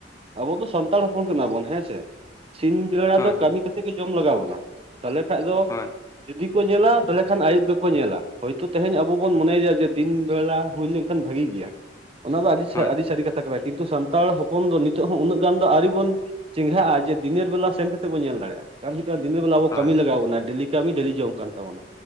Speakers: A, on the right (about 30°); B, on the left (about 15°).
A: ᱟᱵᱚ ᱫᱚ ᱥᱟᱱᱛᱟᱲ ᱦᱚᱯᱚᱱ ᱠᱟᱱᱟ ᱵᱚᱱ ᱦᱮᱸ ᱥᱮ ᱥᱤᱧ ᱵᱮᱲᱟ
B: ᱦᱳᱭ
A: ᱫᱚ ᱠᱟᱢᱤ ᱠᱟᱛᱮᱫ ᱜᱮ ᱡᱚᱢ ᱞᱟᱜᱟᱣ ᱟᱵᱚᱱᱟ ᱛᱟᱦᱚᱞᱮ ᱠᱷᱟᱱ-ᱫᱚ
B: ᱦᱳᱭ
A: ᱡᱩᱫᱤ ᱧᱮᱞᱟ ᱛᱟᱦᱚᱞᱮ ᱠᱷᱟᱱ ᱟᱹᱭᱩᱵ ᱜᱮᱠᱚ ᱧᱮᱞᱟ ᱦᱚᱭᱛᱳᱚ ᱛᱮᱦᱮᱧ ᱟᱵᱚ ᱟᱵᱚᱱ ᱢᱚᱱᱮᱭᱮᱭᱟ ᱡᱮ ᱫᱤᱱ ᱵᱮᱲᱟ ᱦᱳᱭ ᱞᱮᱱᱠᱷᱟᱱ ᱵᱷᱟᱜᱤ ᱜᱮᱭᱟ ᱚᱱᱟ ᱫᱚ ᱟᱹᱰᱤ
B: ᱦᱳᱭ
A: ᱟᱹᱰᱤ ᱥᱟᱹᱨᱤ ᱠᱟᱛᱷᱟ ᱠᱟᱱᱟ ᱠᱤᱱᱛᱩ ᱥᱟᱱᱛᱟᱲ ᱦᱚᱯᱚᱱ ᱫᱚ ᱱᱤᱛᱚᱜ ᱦᱚᱸ ᱩᱱᱟᱹᱜ ᱜᱟᱱ ᱫᱚ ᱟᱹᱣᱨᱤ ᱵᱚᱱ ᱪᱮᱸᱜᱷᱟ-ᱟ ᱡᱮ ᱫᱤᱱᱮᱹᱨ ᱵᱮᱞᱟ ᱥᱮᱱ ᱠᱟᱛᱮᱫ ᱵᱚᱱ ᱧᱮᱞ ᱫᱟᱲᱮᱭᱟ-ᱟ ᱫᱱᱟᱹ ᱵᱮᱞᱟ ᱟᱵᱚ
B: ᱦᱳᱭ
A: ᱠᱟᱹᱢᱤ ᱞᱟᱜᱟᱣ ᱵᱚᱱᱟ ᱫᱩᱱᱮᱨ ᱰᱮᱞᱟ ᱠᱟᱹᱢᱤ ᱰᱮᱞᱤ ᱡᱚᱢ ᱠᱟᱱ ᱛᱵᱚᱱᱟ